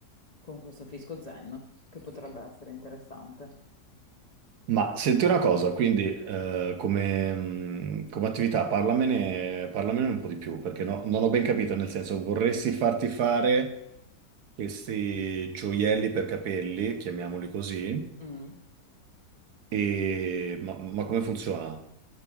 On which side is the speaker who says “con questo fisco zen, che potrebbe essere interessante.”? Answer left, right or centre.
Left